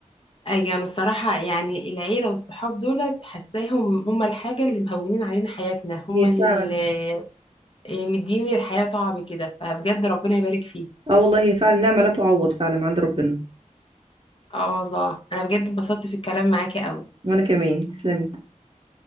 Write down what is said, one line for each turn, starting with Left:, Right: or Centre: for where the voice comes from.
Left: اي انا الصراحه يعني العيله والصحاب دول حاساهم هم الحاجه اللي مهونين علينا حياتنا هم
Right: هي
Left: إيه،
Right: فعلا
Left: مديني الحياة طعم كده فبجد ربنا يبارك فيه
Right: اه والله هي فعلا نعمه لا تعوض فعلا عند ربنا
Left: اه والله انا بجد اتبسطت في الكلام معاكي قوي
Right: وانا كمان تسلمي